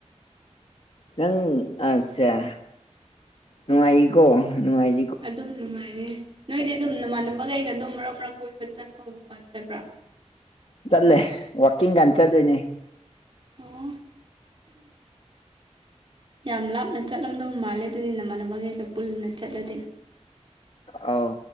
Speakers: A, on the left (about 55°); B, on the right (about 45°).
A: ꯅꯪ ꯑꯠꯆꯥ ꯅꯨꯡꯉꯥꯏꯔꯤꯀꯣ ꯅꯨꯡꯉꯥꯏ
B: ꯑꯗꯨꯝ ꯅꯨꯡꯉꯥꯏꯔꯦ ꯅꯣꯏꯗꯤ ꯑꯗꯨꯝ ꯅꯃꯥꯟꯅꯕꯈꯩꯒ ꯑꯗꯨꯝ ꯃꯔꯛ ꯃꯔꯛ ꯀꯣꯏꯕ ꯆꯠꯄꯒꯨꯝꯕ ꯅꯠꯇꯕ꯭ꯔꯥ
A: ꯆꯠꯂꯦ ꯋꯥꯀꯤꯡ ꯒꯟ ꯆꯠꯇꫭꯏꯅꯦ
B: ꯑꯣ ꯌꯥꯝ ꯂꯥꯞꯅ ꯆꯠꯂꯝꯗꯧ ꯃꯥꯜꯂꯦ ꯑꯗꯨꯗꯤ ꯅꯃꯥꯟꯅꯕꯒꯩꯀ ꯄꯨꯜꯅ ꯆꯠꯂꯗꯤ
A: ꯑꯥꯎ